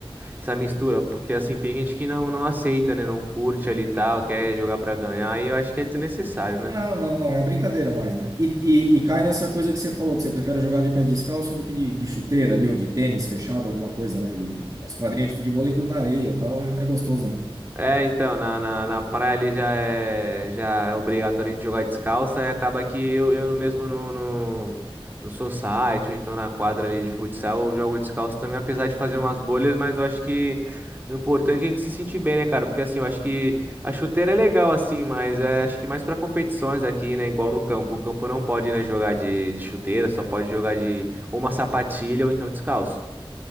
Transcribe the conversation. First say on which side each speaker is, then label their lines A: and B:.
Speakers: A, on the right (about 20°); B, on the right (about 35°).
A: essa mistura, porque assim, tem gente que não, não aceita, né? Não curte ali e tal, quer jogar pra ganhar, e eu acho que é desnecessário, né?
B: Não, não, não, é brincadeira mais, né? E, e, e cai nessa coisa que você falou, que você prefere jogar de pé descalço do que de, de chuteira ali, ou de tênis fechado, alguma coisa, né? E o- as quadrinhas de futebol e tudo na areia e tal, é, é gostoso, né?
A: É, então, na, na, na praia ali já é, já é obrigatório a gente jogar descalço, e acaba que eu, eu no mesmo no, no, no society, ou então na quadra ali de futsal, eu jogo descalço também, apesar de fazer umas bolhas, mas eu acho que o importante é a gente se sentir bem, né, cara? Porque assim, eu acho que a chuteira é legal assim, mas é, acho que mais pra competições aqui, né, igual no campo. O campo não pode, né, jogar de, de chuteira, só pode jogar de ou uma sapatilha ou então descalço.